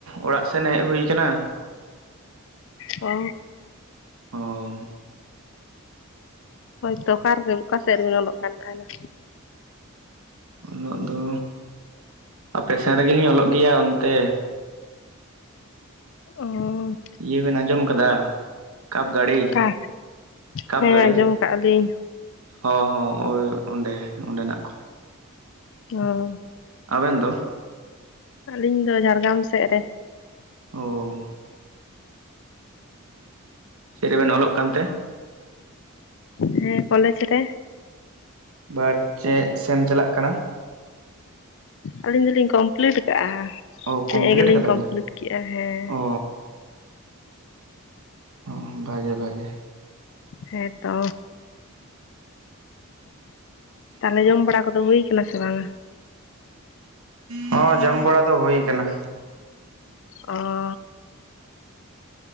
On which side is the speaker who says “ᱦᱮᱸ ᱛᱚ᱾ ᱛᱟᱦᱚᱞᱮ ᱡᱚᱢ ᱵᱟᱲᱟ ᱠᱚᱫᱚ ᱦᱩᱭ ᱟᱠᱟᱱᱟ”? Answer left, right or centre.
Left